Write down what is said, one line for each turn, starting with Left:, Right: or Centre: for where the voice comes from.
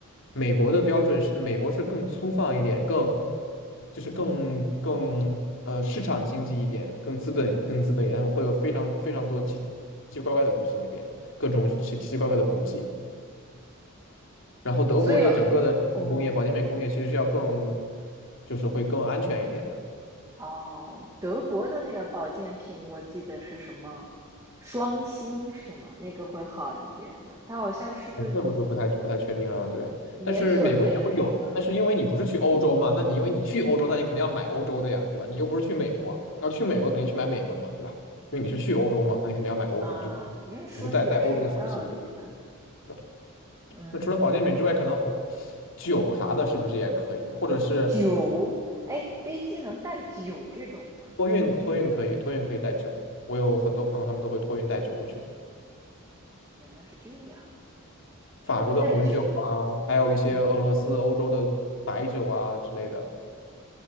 Left: 美国的标准是，美国是更粗放一点，更就是更更呃市场经济一点，更资本更资本一点，他们会有非常非常多奇奇怪怪的东西那边，各种奇奇奇怪怪的补剂。然后德国的整个的食品工业、
Right: 所以哦，
Left: 保健品工业其实是要更就是会更安全一点的。
Right: 哦，德国的那个保健品，我记得是什么双星是吗？那个会好一点吗？它好像是个
Left: 哦这我就不太不太确定了，对。
Right: 连锁店的品牌呀。
Left: 但是美国也会有，但是因为你不是去欧洲嘛，那你因为你去欧洲，那你肯定要买欧洲的呀，对吧？你又不是去美国，要去美国肯定去买美国的嘛，对吧？因为你是去欧洲嘛，那你肯定要买欧洲，
Right: 啊，
Left: 就嗯你就带带欧洲的手信嘛，
Right: 你这说的也是有道理啦。
Left: 对吧？
Right: 嗯，
Left: 那除了保健品之外，可能红酒啥的，是不是也可以？或者是
Right: 酒，哎，飞机能带酒这种吗？
Left: 托运，托运可以，托运可以带酒。我有很多朋友，
Right: 哦，
Left: 他们都会托运带酒回去，
Right: 原来是这样，
Left: 法国的红酒啊，
Right: 托运带酒。
Left: 还有一些俄罗斯、
Right: 哦，
Left: 欧洲的白酒啊之类的。